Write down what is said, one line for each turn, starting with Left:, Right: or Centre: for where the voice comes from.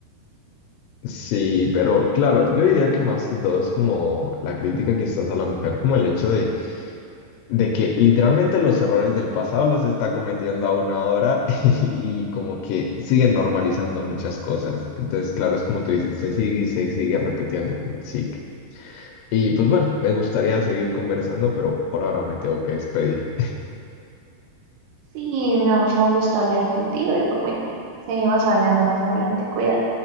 Left: Sí, pero claro, yo diría que más que todo es como la crítica quizás a la mujer, como el hecho de, de que literalmente los errores del pasado los está cometiendo aún ahora <laughs> y como que siguen normalizando muchas cosas. Entonces, claro, es como tú dices, se sigue y se sigue repitiendo como el ciclo. Y pues bueno, me gustaría seguir conversando, pero por ahora me tengo que despedir.
Right: Sí, no, fue un gusto hablar contigo y pues bueno, seguimos hablando más adelante. Cuídate.